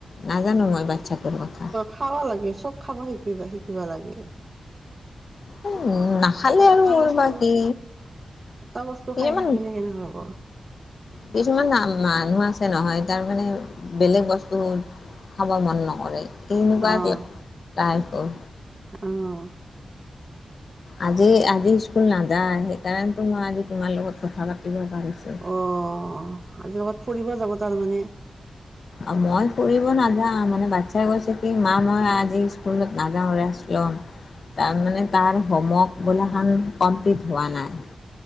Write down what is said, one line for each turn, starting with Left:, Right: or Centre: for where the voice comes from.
Left: নাজানো মই বাচ্ছাটোৰ কথা।
Right: খাবা লাগে, চ'ব খাবা শিকিব শিকিবা লাগে।
Left: ওম, নাখালে
Right: এটা এটা
Left: আৰু মোৰ
Right: বস্তু
Left: বা কি?
Right: এটা বস্তু খাই
Left: ইমান
Right: থাকিলে কেনকা হ'ব?
Left: কিছুমান না মানুহ আছে নহয় তাৰ মানে বেলেগ বস্তুৰ খাবা মন নকৰে, এনেকুৱা
Right: অহ
Left: টাইপৰ।
Right: অহ
Left: আজি আজি স্কুল নাযায়, সেইকাৰণেতো মই আজি তোমাৰ লগত কথা পাতিব পাৰিছোঁ।
Right: অ' আজি কবাত ফুৰিব যাব তাৰমানে
Left: অ' মই ফুৰিব নাযাওঁ, মানে বাচ্ছাই কৈছে কি মা মই আজি স্কুলত নাযাওঁ, ৰেষ্টলম।
Right: <inaudible>
Left: তাৰমানে তাৰ
Right: অহ
Left: হোমৱৰ্ক বোলাখান কমপ্লিট হোৱা নাই।